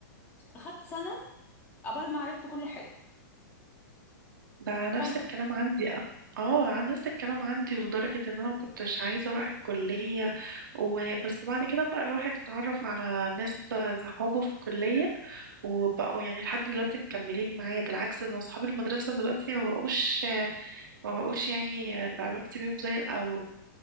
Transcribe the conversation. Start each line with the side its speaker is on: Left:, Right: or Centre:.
Left: اخدت سنة قبل ما عرفت كل حاجة
Right: ده نفس
Left: سنة
Right: الكلام عندي اه آه، عن نفس الكلام عندي لدرجة ان انا ما كنتش عايزة اروح الكلية وبس بعد كده بقى الواحد اتعرف على ناس صحابه في الكلية وبقوا يعني لحد دلوقتي مكملين معايا بالعكس ده اصحاب المدرسة دلوقتي ما بقوش ما بقوش يعني علاقتي بيهم زي الاول